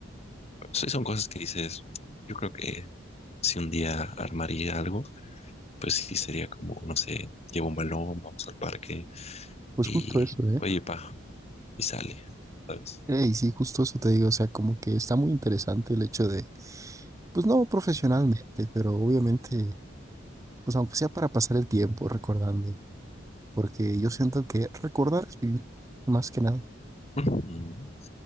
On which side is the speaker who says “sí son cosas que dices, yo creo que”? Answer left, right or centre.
Left